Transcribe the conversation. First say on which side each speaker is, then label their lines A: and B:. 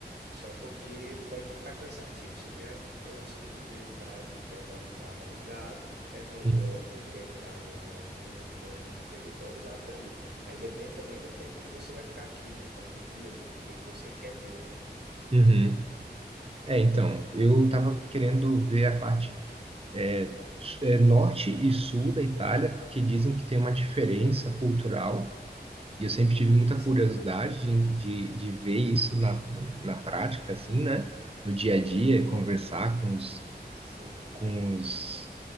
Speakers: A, on the right; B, on the right.
A: só porque pode ficar cansativo. Se tem a possibilidade de pegar um carro alugado, é melhor,
B: Hum.
A: porque a Itália não é muito grande de território, dá para ir. Aí depende também do tempo que você vai ficar aqui, né? Quantos dias e o que que você quer ver, né?
B: Uhum. É, então, eu tava querendo ver a parte é, s- é, norte e sul da Itália, porque dizem que tem
A: Uhum.
B: uma diferença cultural. E eu sempre tive muita
A: Sim,
B: curiosidade de, de, de ver isso na, na prática, assim, né? No dia a dia, conversar com os,
A: sim.
B: com os,